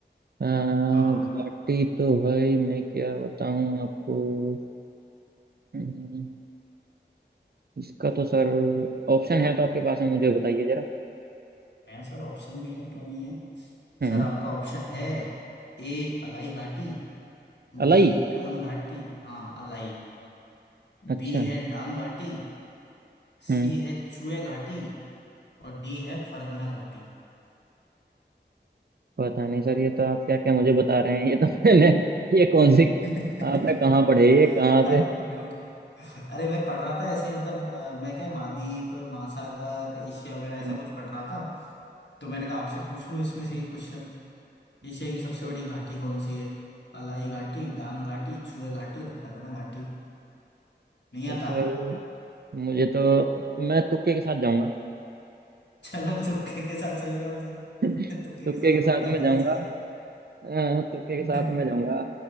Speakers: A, on the right (about 60°); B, on the left (about 70°).
A: अ, घाटी
B: हाँ
A: तो भाई मैं क्या बताऊं आपको हम्म, इसका तो सर ऑप्शन है तो आपके पास में मुझे बताइए जरा
B: है सर ऑप्शन भी है क्यों नहीं है
A: हम्म
B: सर आपका ऑप्शन है ए अलाई घाटी
A: अलाई
B: बी डांग घाटी हाँ अलाई
A: अच्छा
B: बी है डांग घाटी सी
A: हम्म
B: है चुए घाटी और डी है फरगना घाटी
A: पता नहीं सर ये तो आप क्या क्या मुझे बता रहे हैं ये तो <laughs> मैंने ये कौन सी
B: <laughs>
A: आपने कहाँ पढ़े ये कहाँ
B: अरे
A: से
B: अरे मैं पढ़ रहा था ऐसे मतलब अ, मैं क्या महाद्वीप महासागर एशिया वगैरह ऐसा
A: हम्म,
B: कुछ पढ़ रहा था तो मैंने कहा आपसे पूछ लूं इसमें से एक क्वेश्चन एशिया
A: अच्छा
B: की सबसे बड़ी घाटी कौन सी है अलाई घाटी डांग घाटी चुए घाटी और फरकना घाटी नहीं
A: तो
B: आता
A: सर मुझे तो मैं तुक्के के साथ जाऊंगा
B: <laughs> चलो तुक्के के साथ चले जाओ सर
A: <laughs>
B: <laughs> तुक्के
A: तुक्के
B: के साथ
A: के साथ
B: कौन जाता
A: मैं जाऊंगा
B: है ऐसे
A: अ, तुक्के के
B: <laughs>
A: साथ मैं जाऊंगा